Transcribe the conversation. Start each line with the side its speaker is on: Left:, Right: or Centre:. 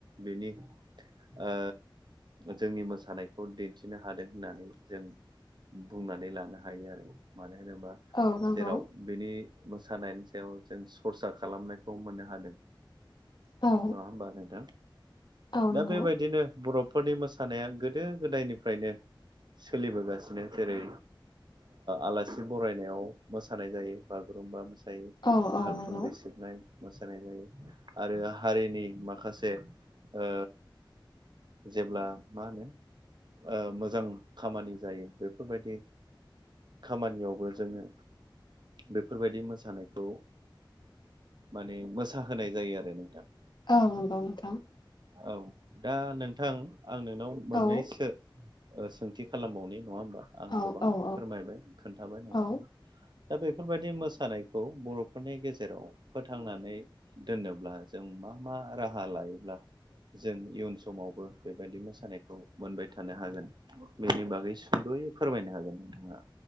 Right: बिनि ओ जोंनि मोसानायखौ दिन्थि खिनो हादों होननानै जों बुंनानै लानो हायो आरो मानो होनोबा
Left: औ नंगौ
Right: जेराव बिनि मोसानायनि सायाव जों सरसा खालामनायखौ मोननो हादों
Left: औ
Right: नङा हबा नोंथां
Left: औ नंगौ
Right: दा बेबायदिनो बरफ फोरनि मोसानाया गोदो गोदायनि फ्रायनो सोलिबोगासिनो जेरै आलासि बरायनायाव मोसानाय जायो बागुरुमबा मोसायो दाहाल
Left: औ औ नंगौ
Right: थुंग्रि सिबनाय मोसानाय जायो आरो हारिनि माखासे ओ जेब्ला मा होनो ओ मोजां खामानि जायो बेफोरबायदि खामानियावबो जोङो बेफोरबायदि मोसानायखौ माने मोसाहोनाय जायो आरो नोंथां
Left: औ नंगौ नोंथां
Right: औ दा नोंथां आं नोंनाव मोननैसो
Left: औ
Right: सोंथि खालामबावनि नङा होमबा आं
Left: औ
Right: गोबां
Left: औ औ
Right: फोरमायबाय खोन्थाबाय नोंथांनो
Left: औ
Right: दा बेफोरबायदि मोसानायखौ बर'फोरनि गेजेराव फोथांनानै‌ दोनोब्ला जों मा मा राहा लायोब्ला जों इयुन समावबो बेबायदि मोसानायखौ मोनबाय था थानो हागोन बेनि बागै सुंद'यै फोरमायनो हागोन नोंथाङा